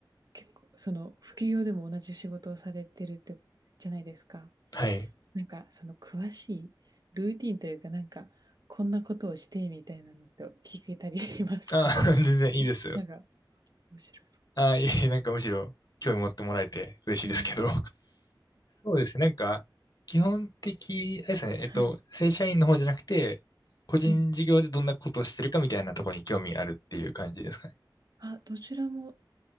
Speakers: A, on the right; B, on the left.
A: 結構、その、副業でも同じ仕事をされてるって、じゃないですか。
B: はい。
A: なんか、その、詳しいルーティンというか、なんか、こんなことをしてみたいなのって聞けたりしますか？
B: あ、<laughs> 全然いいですよ。
A: <laughs> なんか、面白そう。
B: あ、いえいえ、なんかむしろ興味持ってもらえて嬉しいですけど。
A: ええ、
B: そうですね。なんか、基本的、あれですね。えっと、
A: はい、
B: 正社員の方じゃなくて、個人事業でどんなことをしてるかみたいなところに興味あるっていう感じですかね。
A: はい。あ、どちらも